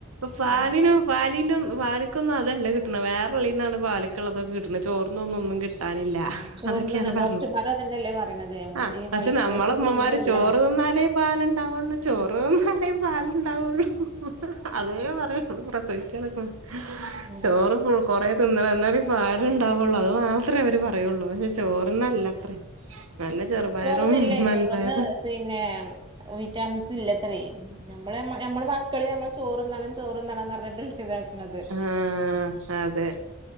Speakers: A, on the right; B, on the right.
A: പാലിനോ
B: ആഹ്
A: പാലിലം പാലിക്കൊന്നും അതല്ല കിട്ട്ണേ വേറെ ഉള്ളീന്നാണ് പാൽക്ക്ള്ളതൊക്കെ കിട്ട്ണേ ചോർന്നൊന്നും ഒന്നും കി ട്ടാനില്ല
B: ആഹ് ചോറിന്
A: അതൊക്കെയാണ് പർഞ്ഞത്
B: ഡോക്ടർമാരും അതന്നെല്ലേ പറയണത്
A: ആഹ്
B: ഈ
A: പക്ഷെ
B: വൈറ്റ്
A: നമ്മള
B: റൈസിനൊന്നും
A: ഇമ്മമാര്
B: ഒന്നുല്ല
A: ചോറ് തിന്നാലേ പാലുണ്ടാവുള്ളൂ ചോറ് തിന്നാലേ പാലുണ്ടാവുള്ളൂ. അതേ പറയു പ്രസവിച്ചടക്കു
B: ആഹ്
A: ചോറ് <unintelligible> കൊറെ തിന്നണം എന്നാലെ പാല് ഇണ്ടാവുള്ളൂ. അത് മാത്രേ അവര് പറയുള്ളൂ പക്ഷേ ചോർന്നല്ലത്രേ നല്ല ചെറുപയറും,
B: ചോറ്ന്നില്ലേ
A: വൻപയറും
B: ചോറ്ന്ന് പിന്നെ വിറ്റാമിൻസ് ഇല്ലത്രേ. ഞമ്മളെ മ്മ ഞമ്മള് മക്കളെ ഞമ്മള് ചോർന്നണം ചോർന്നണം ന്നർഞ്ഞിട്ട് ഇതാക്ക്ണത്.
A: ആഹ് അതെ